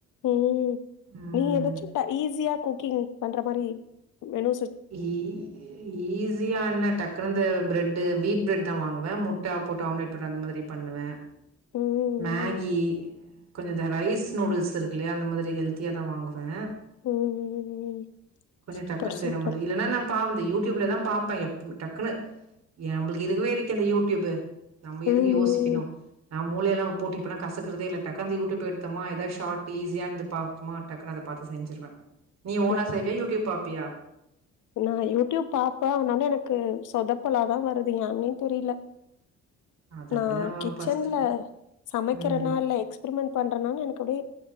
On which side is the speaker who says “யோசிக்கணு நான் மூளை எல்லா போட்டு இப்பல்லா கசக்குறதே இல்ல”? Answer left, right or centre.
Right